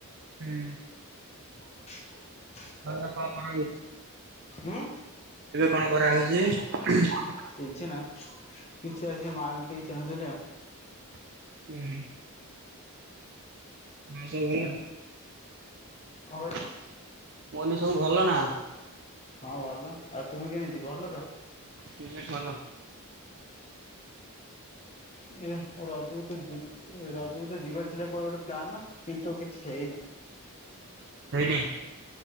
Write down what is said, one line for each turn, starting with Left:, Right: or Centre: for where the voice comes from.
Right: ହୁଁ
Left: <inaudible>
Right: ହେରା କଣ <unintelligible>
Left: ଆଂ
Right: ଏବେ କଣ କରା ହୋଉଚି? <unintelligible>
Left: କିଛି ନା କିଛି ଏ ସେ ମାଲ୍ ଟି <unintelligible>
Right: ଉଁ, ହୁଁ। ଆଉ ସବୁ ଭଲ ନା।
Left: କଣ କହିଲ
Right: ମୁ଼୍ଁ କହିଲି ସବୁ ଭଲ ନା।
Left: ହଁ ଭଲ ଆଉ ତୁମେ କେମିତି ଭଲ ତ।
Right: କହିଲି ସବୁ ଭଲ ନା? ହୁଁ ଭଲ
Left: ଏ ରଜକୁ ତ ଯିବି ଏ ର ତୁ ତୋ ଯିବାର ଥିଲା କୁଆଡ଼େ ଗୋଟେ ପ୍ଲାନ କିନ୍ତୁ କିଛି ହେଇନି।
Right: ହେଇନି